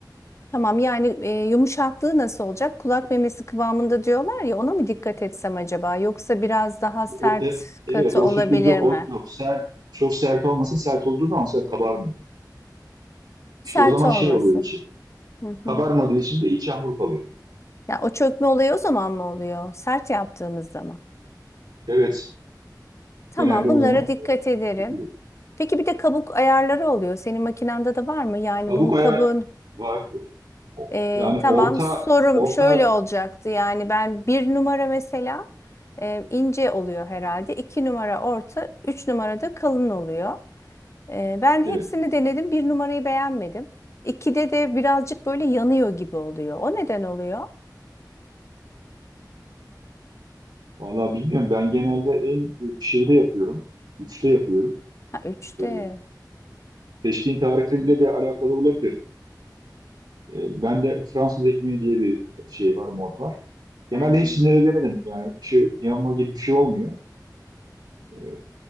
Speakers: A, on the left; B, on the right.
A: Tamam yani e, yumuşaklığı nasıl olacak? Kulak memesi kıvamında diyorlar ya ona mı dikkat etsem acaba? Yoksa biraz daha sert
B: O, e-
A: katı
B: evet o
A: olabilir
B: şekilde o
A: mi?
B: yok. Ser, çok sert olmasa sert olduğu zaman mesela kabarmıyor.
A: Sert
B: İşte o zaman
A: olmasın.
B: şey oluyor içi.
A: Hı
B: Kabarmadığı
A: hı.
B: için de içi hamur kalıyor.
A: Ya o çökme olayı o zaman mı oluyor? Sert yaptığımız zaman.
B: Evet.
A: Tamam
B: Genelde
A: bunlara
B: o zaman
A: dikkat
B: e,
A: ederim.
B: döküyor.
A: Peki bir de kabuk ayarları oluyor. Senin makinanda da var mı? Yani
B: Kabuk
A: bunun kabuğun
B: ayağı var. O-
A: Ee,
B: Yani
A: tamam
B: orta
A: sorum
B: orta
A: şöyle olacaktı yani ben bir numara mesela e, ince oluyor herhalde. iki numara orta, üç numara da kalın oluyor. Ee, ben hepsini
B: evet
A: denedim bir numarayı beğenmedim. İkide de birazcık böyle yanıyor gibi oluyor. O neden oluyor?
B: vallahi bilmiyorum ben genelde en e, şeyde yapıyorum. Üçte yapıyorum.
A: Ha, üçte.
B: Ee, seçtiğin tarihle de alakalı olabilir. Ee, ben de Fransız ekmeği diye bir şey var mod var.
A: Ha,
B: Genelde hepsini de denedim. Yani şu yanma gibi bir şey olmuyor. Ee,